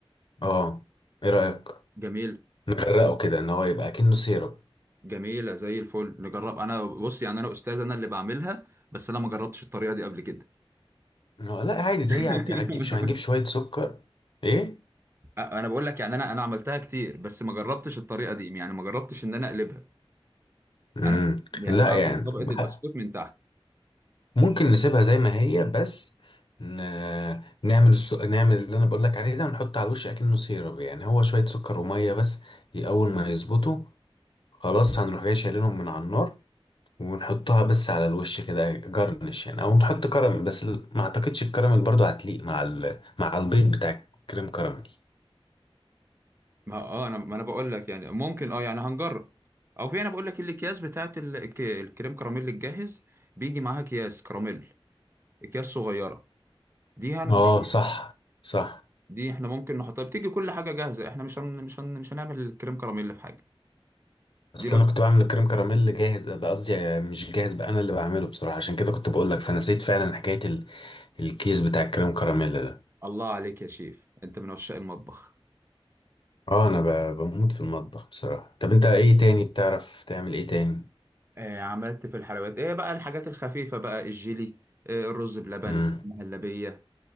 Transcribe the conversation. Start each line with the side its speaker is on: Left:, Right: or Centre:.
Left: اه ايه رايك
Right: جميل
Left: نغرقه كده ان هو يبقى كأنه سيرب
Right: جميله زي الفل نجرب انا بص يعني انا استاذ انا اللي بعملها بس انا ما جربتش الطريقه دي قبل كده
Left: هو لا عادي
Right: <laughs>
Left: ده هي هت- هتجيب شو هنجيب شوية سكر ايه
Right: انا بقول لك يعني انا انا عملتها كتير بس ما جربتش الطريقه دي يعني ما جربتش ان انا اقلبها
Left: مم.
Right: انا يعني
Left: لا
Right: بعمل
Left: يعني
Right: طبقه
Left: بح-
Right: البسكوت من تحت
Left: ممكن نسيبها زي ما هي بس ن... نعمل الس... نعمل اللي انا بقول لك عليه ده ونحط على الوش اكنه سيرب يعني هو شوية سكر ومية بس ي- اول ما يظبطوا خلاص هنروح جاي شايلينهم من على النار ونحطها بس على الوش كده جرنش يعني او نحط كراميل بس ال- ما اعتقدش الكراميل برضو هتليق مع ال... مع البيض بتاع الكريم كراميل
Right: ما اه انا ما انا بقول لك يعني ممكن اه يعني هنجرب او في انا بقول لك الاكياس بتاعت ال- الك- الكريم كراميل الجاهز بيجي معاها اكياس كراميل اكياس صغيره دي هن
Left: اه
Right: دي
Left: صح صح
Right: دي احنا ممكن نحطها بتيجي كل حاجه جاهزه احنا مش هن مش هن مش هنعمل الكريم كراميل في حاجه
Left: اصل
Right: دي برضه
Left: انا كنت بعمل الكريم كراميل جاهز بقى- قصدي مش جاهز بقى انا اللي بعمله بصراحه عشان كده كنت بقول لك فنسيت فعلا حكايه ال... الكيس بتاع الكريم كراميل ده
Right: الله عليك يا شيف انت من عشاق المطبخ
Left: اه انا ب... بموت في المطبخ بصراحه طب انت ايه تاني بتعرف تعمل ايه تاني
Right: آه عملت في الحلويات ايه بقى الحاجات الخفيفه بقى الجيلي آه الرز بلبن
Left: امم
Right: المهلبيه